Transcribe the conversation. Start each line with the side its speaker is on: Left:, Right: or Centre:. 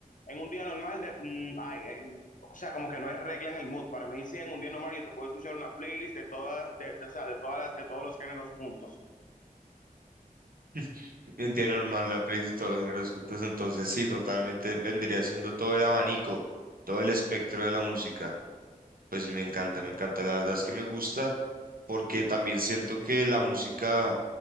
Left: en un día normal, de, mm, ay, eh, o sea, como que no hay regla en el mood. Para mí, sí, en un día normal yo te puedo escuchar una playlist de todas, de, de- o sea, de todas las, de todos los géneros juntos.
Right: <laughs> India normal, la playlist de todos los géneros juntos, entonces sí, totalmente vendría siendo todo el abanico, todo el espectro de la música. Pues me encanta, me encanta, la verdad es que me gusta porque también siento que la música